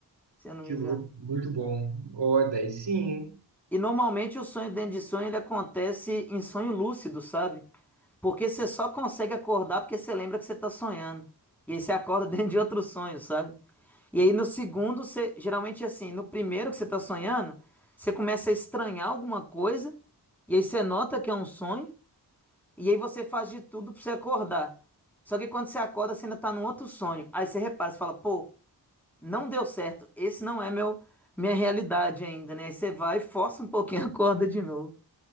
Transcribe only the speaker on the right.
que
louco, muito bom. Ó, daí sim, hein?